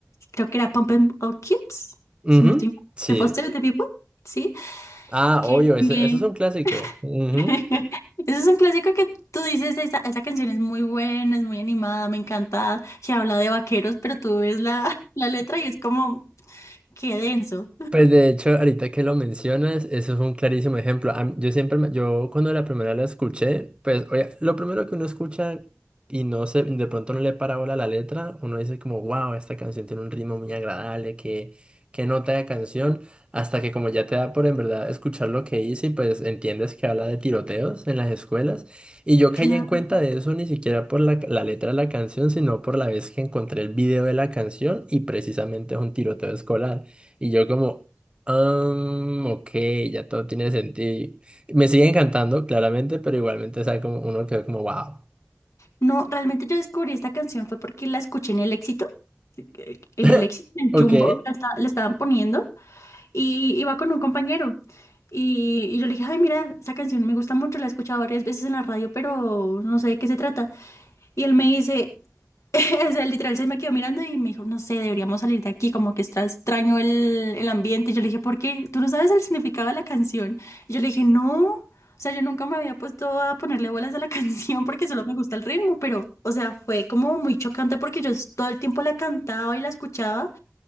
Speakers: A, on the left; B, on the right.
A: creo que era Pump It Up Kids,
B: Ujú,
A: si no estoy mal,
B: Sí.
A: de Foster the People, ¿sí?
B: Ah,
A: Que
B: obvio, ese,
A: también,
B: eso es un clásico. Ujú.
A: <laughs> eso es un clásico que tú dices, esa, esa canción es muy buena, es muy animada, me encanta, que habla de vaqueros, pero tú ves la, <laughs> la letra y es como, qué denso.
B: Pues de hecho, ahorita que lo mencionas, eso es un clarísimo ejemplo. A mí- Yo siempre, me- yo cuando la primera la escuché, pues oye, lo primero que uno escucha y no se, de pronto no le para bola la letra, uno dice como, wow, esta canción tiene un ritmo muy agradable, que qué nota de canción, hasta que como ya te da por en verdad escuchar lo que dice y pues entiendes que habla de tiroteos en las escuelas. Y yo caí
A: Claro.
B: en cuenta de eso ni siquiera por la, la letra de la canción, sino por la vez que encontré el video de la canción y precisamente es un tiroteo escolar. Y yo como, um, ok, ya todo tiene sentido. Me sigue encantando, claramente, pero igualmente, o sea, como uno quedó como, wow.
A: No, realmente yo descubrí esta canción fue porque la escuché en el Éxito, en
B: <laughs>
A: el Éxito, en el
B: Ok.
A: Jumbo, la, esta- la estaban poniendo. y iba con un compañero. Y, y yo le dije, ay, mira, esa canción me gusta mucho, la he escuchado varias veces en la radio, pero no sé de qué se trata. Y él me dice, <laughs> o sea, literal se me quedó mirando y me dijo, no sé, deberíamos salir de aquí, como que está extraño el, el ambiente. Y yo le dije, ¿por qué? ¿Tú no sabes el significado de la canción? Y yo le dije, no. O sea, yo nunca me había puesto a ponerle bolas a la <laughs> canción porque solo me gusta el ritmo, pero, o sea, fue como muy chocante porque yo todo el tiempo la cantaba y la escuchaba